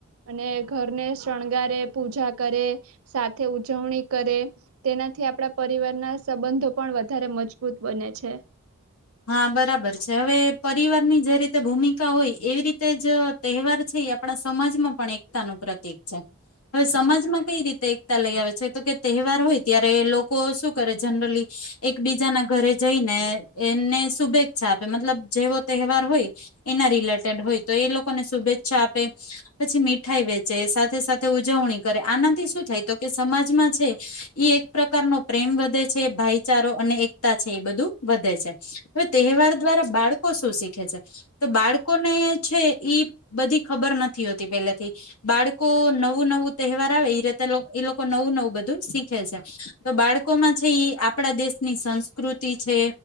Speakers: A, on the right; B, on the left.
A: અને ઘરને શણગારે, પૂજા કરે સાથે ઉજવણી કરે, તેનાથી આપણા પરિવારના સંબંધો પણ વધારે મજબૂત બને છે.
B: હા, બરાબર છે. હવે પરિવારની જે રીતે ભૂમિકા હોય એવી રીતે જ તહેવાર છે, ઈ આપણા સમાજમાં પણ એકતાનું પ્રતિક છે. હવે સમાજમાં કઈ રીતે એકતા લઈ આવે છે? તો કે તહેવાર હોય ત્યારે એ લોકો શું કરે જનરલી એકબીજાના ઘરે જઈને એમને શુભેચ્છા આપે, મતલબ જેવો તહેવાર હોય એના રિલેટેડ હોય, તો એ લોકોને શુભેચ્છા આપે. પછી મીઠાઈ વેચે, સાથે-સાથે ઉજવણી કરે. આનાથી શું થાય? તો કે સમાજમાં છે ઈ એક પ્રકારનો પ્રેમ વધે છે, ભાઈચારો અને એકતા છે, ઈ બધું વધે છ છે. હવે તહેવાર દ્વારા બાળકો શું શીખે છે? તો બાળકોને છે ઈ બધી ખબર નથી હોતી પહેલેથી, બાળકો નવું-નવું તહેવાર આવે એ રીતે લોક ઈ લોકો નવું-નવું બધું શીખે છે. તો બાળકોમાં છે ઈ આપડા દેશની સંસ્કૃતિ છે